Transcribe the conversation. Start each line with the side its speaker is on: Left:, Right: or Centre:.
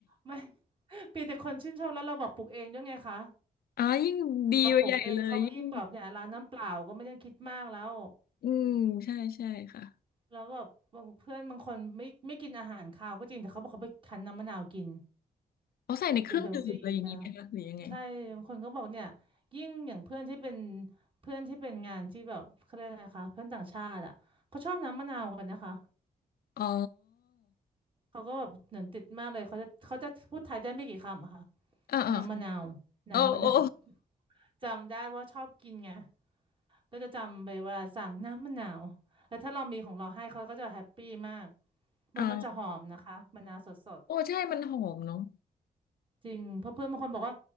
Right: ไม่ <laughs> เีแต่คนชื่นชอบแล้วเราบอกปลูกเองด้วยไงคะ
Left: อ๋อยิ่งดีไปใหญ่เลยยิ่ง
Right: เราปลูกเองเขาก็ยิ่งแบบเนี่ยร้านน้ำเปล่าก็ไม่ต้องคิดมากแล้ว
Left: อืมใช่ใช่ค่ะ
Right: แล้วแบบบางเพื่อนบางคนไม่ไม่กินอาหารคาวก็จริงแต่เขาบอกเขาไปคั้นน้ำมะนาวกิน
Left: เอาใส่ในเครื่องดื่มอะไรอย่างงี้ไหมคะหรือยังไง
Right: ดูเฮลตี้อีกแบบใช่บางคนก็บอกเนี่ยยิ่งอย่างเพื่อนที่เป็นเพื่อนที่เป็นงานที่แบบเขาเรียกอะไรคะเพื่อนต่างชาติอ่ะเขาชอบน้ำมะนาวกันนะคะ
Left: อ๋อ
Right: เขาก็แบบเหมือนติดมากเลยเขาจะเขาจะพูดไทยได้ไม่กี่คำอะค่ะ
Left: เออเออ
Right: น้ำมะนาวน้ำมะนาว
Left: โอ้โอ้
Right: <laughs> จำได้ว่าชอบกินไงก็จะจำไปเวลาสั่งน้ำมะนาวแล้วถ้าเรามีของเราให้เขาก็จะแฮปปี้มาก
Left: <laughs>
Right: มันมันจะหอมนะคะมะนาวสด
Left: อ่าโอ้ใช่มันหอมเนาะ
Right: จริงเพราะเพื่อนบางคนบอกว่า